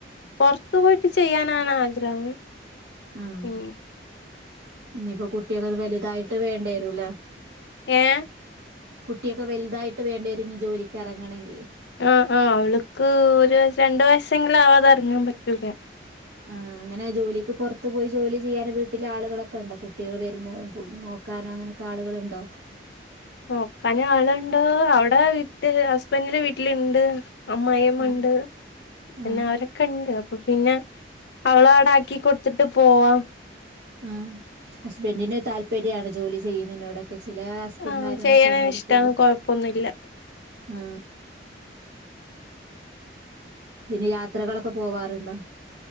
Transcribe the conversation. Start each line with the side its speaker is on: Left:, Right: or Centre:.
Left: പുറത്തു പോയിട്ട് ചെയ്യാനാണ് ആഗ്രഹം
Right: ആഹ്
Left: ഉ
Right: ഇനിയിപ്പോ കുട്ടിയക്കെ ഒന്ന് വലുതായിട്ട് വേണ്ട വരുംല്ലേ
Left: ഏഹ്
Right: കുട്ടിയൊക്കെ വലുതായിട്ട് വേണ്ടരുന്നു ജോലിക്ക് ഇറങ്ങണെങ്കിൽ
Left: ആഹ ആഹ അവൾക്ക് ഒരു രണ്ടു വയസെങ്കിലും ആവാതെ ഇറങ്ങാൻ പറ്റൂല
Right: ആഹ അങ്ങനെ ജോലിക്ക് പുറത്ത് പോയി ജോലി ചെയ്യാനും വീട്ടിലെ ആളുകളൊക്കെ ഉണ്ട് കുട്ടികൾ വരുന്ന് നോക്കാനും അങ്ങനെയൊക്കെ ആളുകളുണ്ടോ
Left: നോക്കന ആളുണ്ടോ അവിടെ വി ഹസ്ബൻഡന്റെ വീട്ടിലുണ്ട് അമ്മയമ്മയുണ്ട്
Right: ആഹ്
Left: പിന്നെ
Right: ആഹ്
Left: അവരൊക്കെ ഉണ്ട് അപ്പൊ പിന്നെ അവള അവിട ആക്കി കൊടുത്തിട്ട് പോവാ
Right: ആ ഹസ്ബൻറിന്‌ താല്പര്യാണ് ജോലി ചെയ്യുന്നതിനോടൊക്കെ ചില അസ്ബന്റ്ന്മാരൊന്നും
Left: ആ ചെയ്യാന്
Right: സമ്മതിക്കില്ല
Left: ഇഷ്ടാണ് കൊഴപ്പൊന്നുല്ല
Right: ആ പിന്നെ യാത്രകളൊക്കെ പോവാറുണ്ടോ